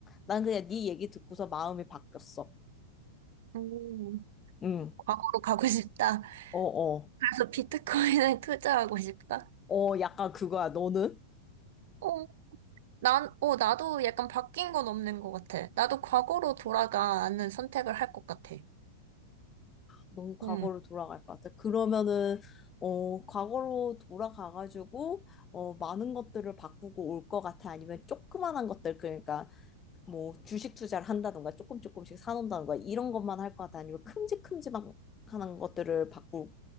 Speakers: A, on the left; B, on the right.
A: 난 그냥 네 얘기 듣고서 마음이 바뀌었어.
B: 음,
A: 응.
B: 과거로 가고 싶다.
A: 어, 어.
B: 그래서 비트코인에 <laughs> 투자하고 싶다.
A: 어, 약간 그거야. 너는?
B: 어, 난, 어, 나도 약간 바뀐 건 없는 것 같아. 나도 과거로 돌아가는 선택을 할 것 같아.
A: 너무 과거로
B: 음.
A: 돌아갈 것 같아. 그러면은 어 과거로 돌아가가지고 어 많은 것들을 바꾸고 올 것 같아. 아니면 조그만한 것들 그러니까 뭐 주식 투자를 한다던가 조금 조금씩 사놓는다던가 이런 것만 할 것 같아. 아니면 큼직큼직한 것들을 바꾸고